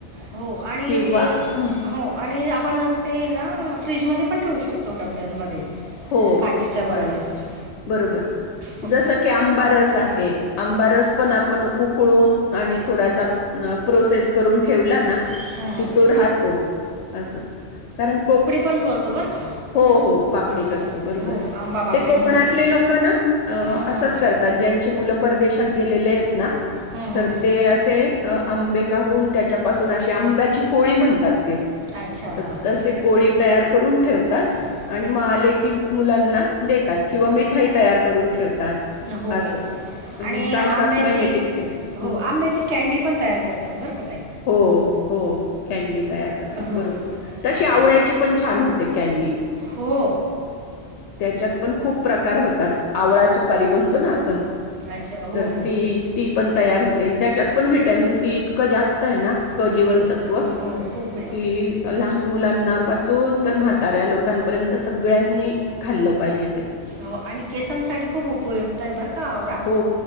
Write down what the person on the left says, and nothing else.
किंवा
हं.
हो
बरोबर बरोबर.
जसं की आंबा रस आहे. आंबा रस पण आपण उकळून आणि थोडासा अ प्रोसेस करून ठेवला ना
कि तो राहतो असं कारण को
हो हो पापडी
करतो बरोबर
हाय
कोकणातले
लोक ना
असच करतात ज्यांची मुल परदेशात गेलेले आहेत ना.
तर
ते असे अ आंबे काढून त्याच्यापासून असे आंब्याची पोळी म्हणतात ते.
तर
तसे पोळी तयार करून ठेवतात.
आणि मग आले की मुलांना देतात किंवा मिठाई तयार करून ठेवतात.
असं म्हणजे
सहा सात
महिने टिकते
हं.
हो हो कॅंडी तयार करतात
बरोबर तशी
आवळ्याची पण छान होते कॅंडी.
त्याच्यात पण खूप प्रकार होतात. आवळा सुपारी म्हणतो ना आपण
तर
ती ती पण तयार होते. आणि त्याच्यात पण व्हटॅमिन सी इतकं जास्त आहे ना. क
जीवनसत्व कि,
लहान मुलांना पासून तर म्हाताऱ्या. लोकांपर्यंत सगळ्यांनी खाल्लं पाहिजे ते
हो